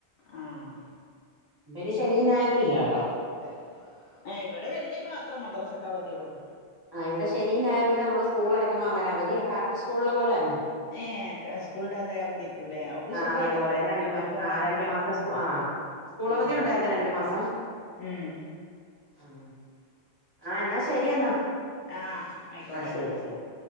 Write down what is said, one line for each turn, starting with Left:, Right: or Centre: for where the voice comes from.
Left: ആഹ്
Right: പിന്നെ ശനിയും ഞായറും ഇല്ല കേട്ടോ
Left: അതെ ഏഹ് ഇവടെ വെള്ളി മാത്രം മദ്രസക്ക്‌ അവധിയൊള്ളു
Right: ആഹ് ഇവടെ ശനിം ഞായറും ഇല്ല നമ്മള് സ്കൂൾ അടക്കുമ്പോ അങ്ങനെ അവധി കറക്റ്റ് സ്കൂളലെ പോലതന്നെ
Left: ഏഹ് സ്കൂളിന്റെ അതെ അവധി കിട്ടൂലേ അതുകൊണ്ട്
Right: ആഹ്
Left: സുഖാണല്ലോ
Right: അതേപോലന്നെ ആഹ് രണ്ടു
Left: എവിടെയും
Right: മാസം
Left: പോവാനൊക്കെ
Right: ആ രണ്ടു മാസം സ്കു ആഹ് സ്‌കൂളവധി
Left: ഉം
Right: ഒണ്ടായിരുന്നു രണ്ടു മാസം
Left: ഉം
Right: ആഹ് ആഹ് എന്നാ ശരി എന്നാ
Left: ആഹ് ആയിക്കോട്ടെ
Right: ആഹ്
Left: ആയിക്കോട്ടെ
Right: ശരി ശരി